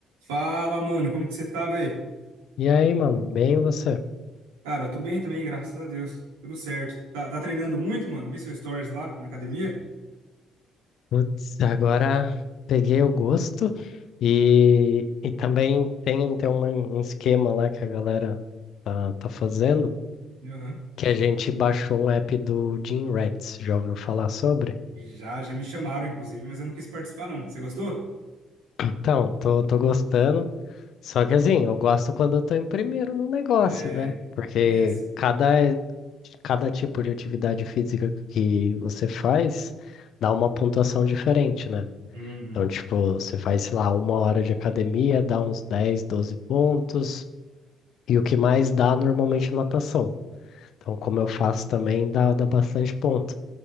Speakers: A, on the right (about 80°); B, on the left (about 60°).
A: Fala, mano, como que você tá, velho?
B: E aí, mano, bem você?
A: Cara, eu tô bem também, graças a Deus. Tudo certo. Tá, tá treinando muito, mano? Vi seu stories lá na academia?
B: Putz, agora peguei o gosto e, e também tem, tem uma- um esquema lá que a galera tá, tá fazendo,
A: Aham.
B: que a gente baixou um app do Gym Rats, já ouviu falar sobre?
A: Já, já me chamaram, inclusive, mas eu não quis participar, não. Você gostou?
B: Então, tô, tô gostando, só que assim, eu gosto quando eu tô em primeiro no negócio,
A: É,
B: né? Porque
A: tem essa.
B: cada, cada tipo de atividade física que você faz dá uma pontuação diferente, né?
A: Uhum.
B: Então, tipo, você faz, sei lá, uma hora de academia, dá uns 10, 12 pontos, e o que mais dá normalmente é natação. Então, como eu faço também, dá, dá bastante ponto.